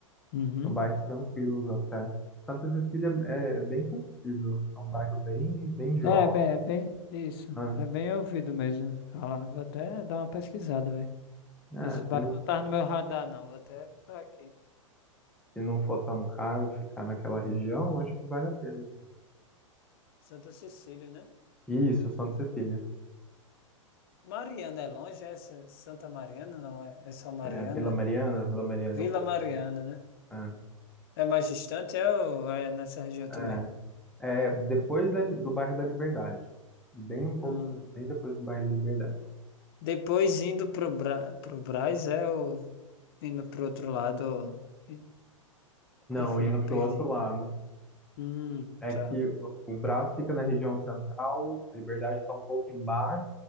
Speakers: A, on the left (about 45°); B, in the centre.
A: Uhum.
B: são bairros tranquilos até. Santa Cecília é é bem conhecido, é um bairro bem, bem jovem.
A: É, é bem, é bem, isso.
B: né?
A: É bem ouvido mesmo falar. Vou até dar uma pesquisada, velho.
B: É,
A: Esse bairro
B: se não,
A: não tá no meu radar, não. Vou até botar aqui.
B: se não for tão caro ficar naquela região, acho que vale a pena.
A: Santa Cecília, né?
B: Isso, Santa Cecília.
A: Mariana é longe, é S- Santa Mariana, não é? É só Mariana,
B: É, a Vila
A: né?
B: Mariana, a Vila Mariana
A: Vila
B: é um pouco.
A: Mariana, né?
B: é,
A: É mais distante, é, ou é nessa região
B: é,
A: também?
B: É depois da- do bairro da Liberdade. Bem um pouco,
A: Hum.
B: bem depois do bairro da Liberdade.
A: Depois indo pro, Bra pro Brás, é o. Indo pro outro lado. e-
B: Não,
A: Enfim,
B: indo
A: me
B: pro
A: perdi.
B: outro lado.
A: Hum,
B: É
A: tá.
B: que o, o Brás fica na região central, a Liberdade está um pouco embaixo